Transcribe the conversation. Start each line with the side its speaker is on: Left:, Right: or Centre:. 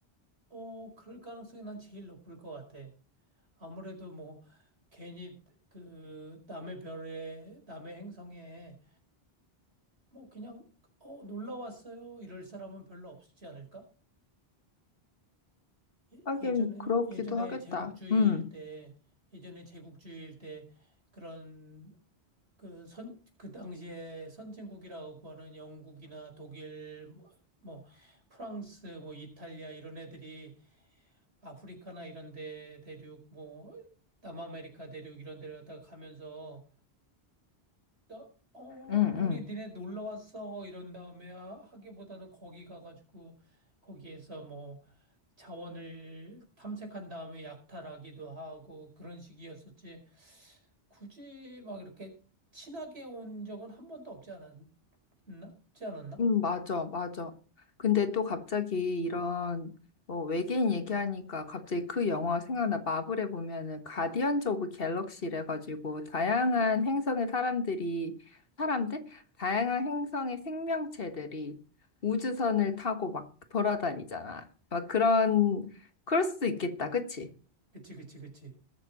Right: 어, 그럴 가능성이 난 제일 높을 것 같아. 아무래도 뭐 괜히 그 남의 별에 남의 행성에 뭐 그냥 어 놀러 왔어요 이럴 사람은 별로 없지 않을까? 예,
Left: 하긴
Right: 예전에
Left: 그렇기도
Right: 예전에
Left: 하겠다.
Right: 제국주의일
Left: 음,
Right: 때 예전에 제국주의일 때 그런 그 선 그 당시에 선진국이라고 하는 영국이나 독일 뭐, 뭐 프랑스 뭐 이탈리아 이런 애들이 아프리카나 이런 데 대륙 뭐 남아메리카 대륙 이런 데를 갖다가 가면서 나, 어,
Left: 음,
Right: 우리 니네
Left: 음.
Right: 놀러 왔어. 이런 다음에 하- 하기보다는 거기 가가지고 거기에서 뭐 자원을 탐색한 다음에 약탈하기도 하고 그런 식이었었지. 굳이 막 이렇게 친하게 온 적은 한 번도 없지 않았나? 없지 않았나?
Left: 음, 맞아, 맞아. 근데 또 갑자기 이런 뭐 외계인 얘기하니까 갑자기 그 영화 생각나. 마블에 보면은 가디언즈 오브 갤럭시래 가지고 다양한 행성의 사람들이 사람들? 다양한 행성의 생명체들이 우주선을 타고 막 돌아다니잖아. 막 그런 그럴 수도 있겠다. 그치?
Right: 그치, 그치, 그치.